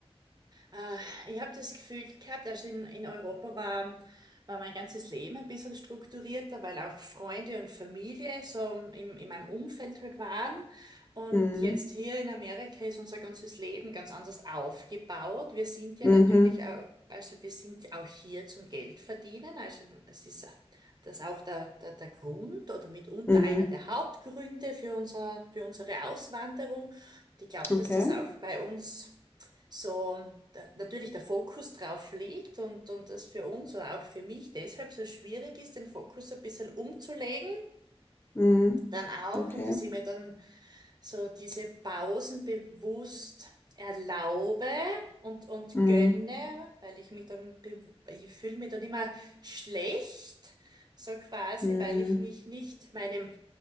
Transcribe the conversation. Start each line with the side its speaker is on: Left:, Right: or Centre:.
Right: Äh, Ich habe das Gefühl gehabt, also in, in Europa war, war mein ganzes Leben ein bisschen strukturierter, weil auch Freunde und Familie so im, in meinem Umfeld halt waren. Und
Left: Mm,
Right: jetzt hier in Amerika ist unser ganzes Leben ganz anders aufgebaut. Wir sind ja
Left: mhm,
Right: natürlich auch, also wir sind ja auch hier zum Geld verdienen. Also es ist das auch der, der, der Grund oder mitunter
Left: mhm.
Right: einer der Hauptgründe für unser, für unsere Auswanderung. Und Ich glaube,
Left: Okay.
Right: dass das auch bei uns so da, natürlich der Fokus drauf liegt und, und das für uns oder auch für mich deshalb so schwierig ist, den Fokus ein bisschen umzulegen,
Left: Mm,
Right: dann auch,
Left: okay.
Right: und dass ich mir dann so diese Pausen bewusst erlaube und, und
Left: Mm,
Right: gönne, weil ich mich dann, bew- ich fühle mich dann immer schlecht, so quasi,
Left: mm,
Right: weil ich mich nicht meinem